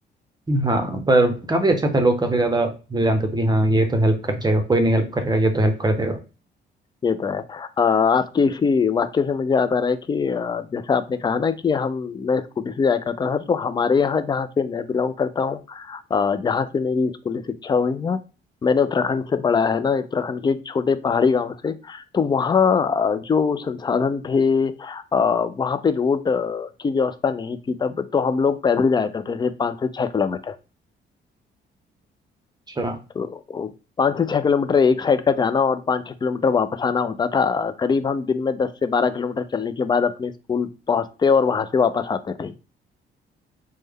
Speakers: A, on the right; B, on the left.
A: हाँ पर काफी अच्छा था लोग काफी ज्यादा मुझे जानते थे कि हाँ ये तो हेल्प कर देगा कोई नहीं हेल्प करेगा ये तो हेल्प कर देगा
B: ये तो है अ, आपके इसी वाक्य से मुझे याद आ रहा है कि अ, जैसे आपने कहा ना कि हम मैं स्कूटी से जाया करता था तो हमारे यहाँ जहाँ से मैं बिलोंग करता हूँ अ, जहाँ से मेरी स्कूली शिक्षा हुई है मैंने उत्तराखंड से पढ़ा है ना उत्तराखंड के एक छोटे पहाड़ी गांव से तो वहाँ अ, जो संसाधन थे अ, वहाँ पे रोड अ, की व्यवस्था नहीं थी तब तो हम लोग पैदल जाया करते थे पाँच से छह किलोमीटर
A: अच्छा
B: तो पाँच से छह किलोमीटर एक साइड का जाना और पाँच छह किलोमीटर वापस आना होता था करीब हम दिन में दस से बारह किलोमीटर चलने के बाद अपने स्कूल पहुंचते और वहां से वापस आते थे